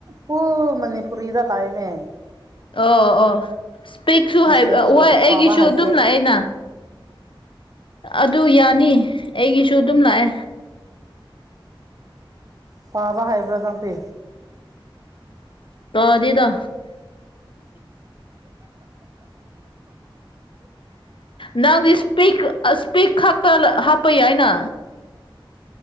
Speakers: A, on the right (about 40°); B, on the left (about 70°).
A: ꯄꯨ ꯃꯅꯤꯄꯨꯔꯤꯗ ꯂꯥꯛꯑꯅꯦ
B: ꯑꯣ ꯑꯣ ꯏꯁꯄꯦꯛꯁꯨ
A: ꯃꯦꯁꯦꯖꯇꯣ
B: ꯍꯥꯏꯕ ꯋꯥꯏ ꯑꯩꯒꯤꯁꯨ
A: ꯄꯥꯕ ꯍꯩꯇꯦ
B: ꯑꯗꯨꯝ ꯂꯥꯛꯑꯦꯅ ꯑꯗꯨ ꯌꯥꯅꯤ ꯑꯩꯒꯤꯁꯨ ꯇꯨꯝꯂꯑ
A: ꯄꯥꯕ ꯍꯥꯏꯩꯕ꯭ꯔ ꯅꯇ
B: ꯇꯗꯤꯗ ꯅꯪꯗꯤ ꯏꯁꯄꯤꯛ ꯏꯁꯄꯤꯛ ꯈꯛꯇ ꯍꯥꯞꯄꯩ ꯍꯥꯏꯅ